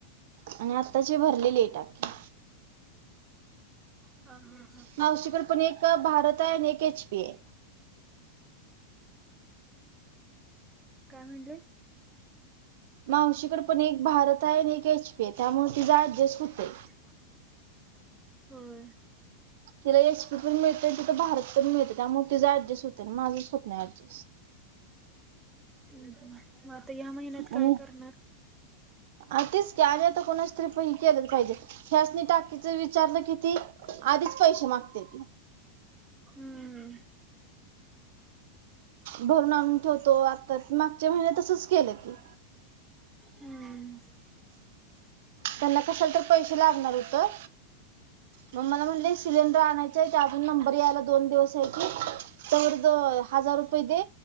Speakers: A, on the right (about 55°); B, on the right (about 15°).
A: आणि आत्ताची भरलेली हाय टाकी
B: हा ह हा
A: मावशीकडं पण एक भारत हाय आणि एक एच पी हाय
B: काय म्हणलीस
A: मावशीकडं पण एक भारत हाय आणि एक एच पी हाय त्यामुळं तिजं ऍडजस्ट हुतय
B: अ होय
A: तिला एच पी पण मिळतंय तिथं भारत पण मिळतंय त्यामुळं तिजं ऍडजस होतय न माझंच होत नाय ऍडजस
B: हम्म हम्म म आता ह्या महिन्यात
A: आणि
B: काय करणार
A: आ तिच की आणि आता कोणाची तरी प ही केलंच पाहिजे ह्यासनी टाकीचं विचारलं कि ती आधीच पैशे मागत्याती
B: हम्म
A: भरून आणून ठेवतो आत्ता मागच्या महिन्यात तसच केलं की
B: हम्म
A: त्यांना कशाला तर पैसे लागणार होतं मग मला म्हणले सिलेंडर आणायचाय ते अजून नंबर यायला दोन दिवस हायती तवर द हजार रुपय दे